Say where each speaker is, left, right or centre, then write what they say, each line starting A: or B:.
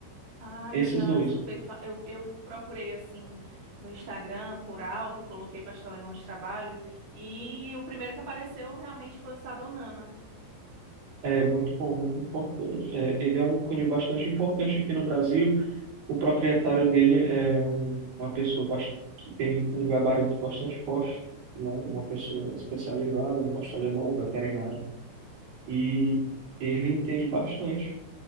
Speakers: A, on the right; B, on the right.
A: Ah,
B: Esses
A: eu já
B: dois.
A: escutei. fa- Eu, eu procurei assim no Instagram por alto, coloquei pastel alemão de trabalho e o primeiro que apareceu realmente foi o Sadonana.
B: É muito bom, muito importante. É, ele é um canil bastante importante aqui no Brasil. O proprietário dele é um- uma pessoa bast- que tem um gabarito bastante forte, né? Uma pessoa especializada no pastor alemão, um veterinário. e ele entende bastante.